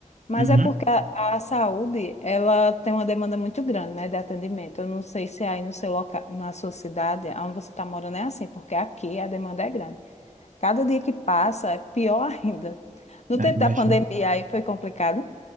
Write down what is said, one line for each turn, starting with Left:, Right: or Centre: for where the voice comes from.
Left: Mas
Right: Uhum.
Left: é porque a, a saúde, ela tem uma demanda muito grande, né, de atendimento. Eu não sei se aí no seu local, na sua cidade, onde você está morando, é assim, porque aqui a demanda é grande. Cada dia que passa é pior <laughs> ainda. No
Right: Ah,
Left: tempo
Right: imagino.
Left: da pandemia aí foi complicado,